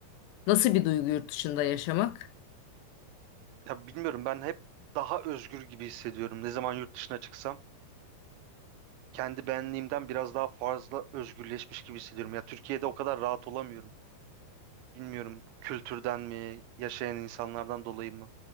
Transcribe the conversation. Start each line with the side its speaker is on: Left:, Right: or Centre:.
Left: Nasıl bir duygu yurt dışında yaşamak?
Right: Ya bilmiyorum ben hep daha özgür gibi hissediyorum ne zaman yurt dışına çıksam. kendi benliğimden biraz daha fazla özgürleşmiş gibi hissediyorum. Ya Türkiye'de o kadar rahat olamıyorum. Bilmiyorum bu kültürden mi, yaşayan insanlardan dolayı mı,